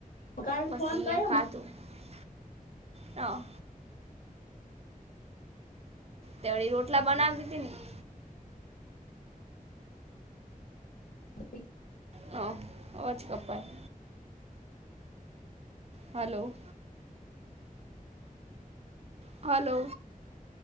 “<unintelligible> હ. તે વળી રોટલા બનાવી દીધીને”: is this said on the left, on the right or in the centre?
Right